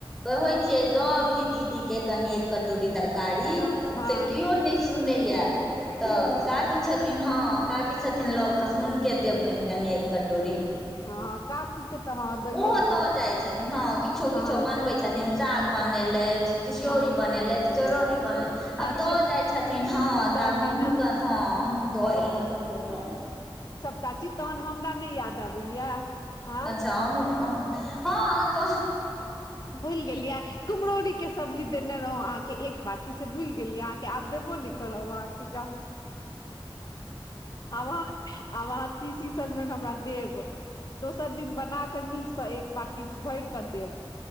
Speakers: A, in the centre; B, on the left.
A: कहै छियै दऽ अबहि दीदी के कनि एक कटोरी तरकारी
B: हँ
A: से केओ नहि सुनैया तऽ
B: केओ नहि
A: काकी
B: सुने
A: छथिन हँ काकी छथिन लग म हुन के देबैन कनि एक कटोरी
B: हँ काकी के तऽ हँ दैये
A: ओहो
B: दियौन
A: दऽ जाइ छथिन हँ किछो
B: हँ
A: किछो बनबै छथिन साग बनेलैथ तिस्योरी
B: हँ
A: बनेलैथ चरौरी बनले
B: हँ
A: आब दऽ
B: छै
A: जाइ छथिन हँ
B: दऽ
A: तऽ आब
B: दी
A: हमहूँके
B: ने
A: हँ हमहूँ दऽ एलौ कहियो क
B: चाची तहन हमरा नहि याद अबैया हँ
A: अच्छा अहुँ हँ त
B: भुइल गेलियै कुम्हरौरी के सब्जी देने रहौ अहाँके एक बाटी से भुइल गेलियै अहाँके आब देबो नहि करब अहाँके जाउ आब अहाँ आब अहाँ तीसी सजमैन हमरा देब दोसर दिन बना कऽ नीकसँ एक बाटी भरि कऽ देब